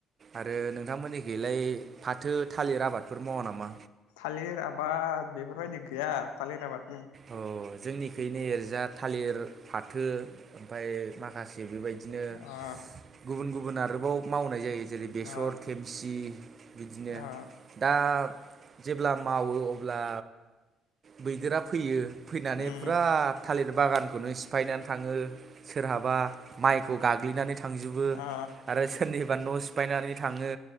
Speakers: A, on the right; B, on the left.
A: आरो नोंथांमोननिखि बेलाय फाथो थालिर आबादफोर मावा नामा?
B: थालिर आबाद बेफोरबायदि गैया थालिर आबाद।
A: अ जोंनिखनो एरजा। थालिर फाथो ओमफफ्राय माखासे बेबायदि। बिदिनो
B: ओ
A: गुबुन गुबुन आरोबाव। मावनाय जायो। जेरै बेसर
B: ओ
A: थेमसि। बिदिनो
B: ओ
A: दा जेब्ला मावो अब्ला मैदेरा। फैयो फैनानै
B: उम
A: फुरा थालिर बागानखौनो सिफायनानै। थाङो सोरहाबा माइखौ गाग्लिनानै थ थांजोबो
B: ओ
A: आरो सोरनिबा बा न' सिफायनानै थाङो